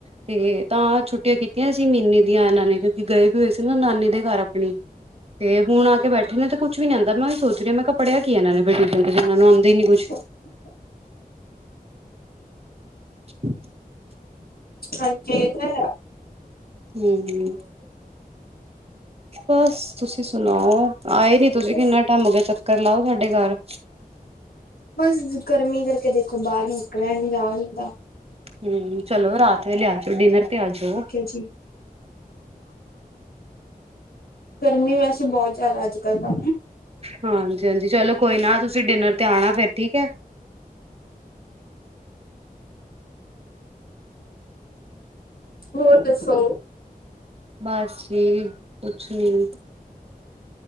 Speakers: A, on the right; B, on the left.
A: ਤੇ, ਤਾਂ ਛੁੱਟੀਆਂ ਕੀਤੀਆਂ ਸੀ ਮਿਨੇ ਦੀਆਂ ਇਹਨਾਂ ਨੇ ਕਿਉਂਕਿ ਗਏ ਹੋਏ ਸੀ ਨਾ ਨਾਨੀ ਦੇ ਘਰ ਆਪਣੀ। ਤੇ, ਹੁਣ ਆ ਕੇ ਬੈਠੇ ਨੇ ਤੇ ਕੁਛ ਵੀ ਨੀ ਆਦਾ ਮੈਂ ਐ ਸੋਚ ਰਹੀ ਮੈਂ ਕਿਆ ਪੜਿਆਂ ਕਿ ਏਨਾ ਨੇ ਫਿਰ ਟਿਊਸ਼ਨ ਇਹਨਾਂ ਨੂੰ ਆਉਂਦਾ ਨੀ ਕੁਛ
B: <inaudible>
A: <inaudible>
B: ਭਾਜੀ ਠੀਕ ਐ
A: ਹੂੰ ਬਸ ਤੁਸੀਂ ਸੁਨਾਓ ਆਏ ਨੀ? ਤੁਸੀਂ
B: ਬਸ
A: ਕਿੰਨਾ ਟਾਇਮ ਹੋ ਗਿਆ ਚੱਕਰ ਲਾਓ ਸਾਡੇ ਘਰ।
B: ਬਸ, ਗਰਮੀ ਕਰਕੇ ਦੇਖੋ ਬਾਹਰ ਨਿਕਲਿਆ ਨੀ ਜਾਂਦਾ।
A: ਹੂੰ, ਚਲੋ ਰਾਤ ਵੇਲੇ ਆ ਜੋ ਡਿਨਰ ਤੇ ਆ ਜੋ।
B: ਹਾਂਜੀ।
A: <inaudible>
B: ਗਰਮੀ ਵੈਸੇ ਬੋਤ ਜ਼ਿਆਦਾ ਅੱਜ ਕੱਲ ਤਾਂ।
A: ਹਾਂਜੀ-ਹਾਂਜੀ ਚਲੋ ਕੋਈ ਨਾ ਤੁਸੀਂ ਡਿਨਰ ਤੇ ਆਣਾ ਫਿਰ ਠੀਕ ਆ।
B: ਹੋਰ ਦੱਸੋ।
A: ਬਸ ਜੀ ਕੁਛ ਨੀ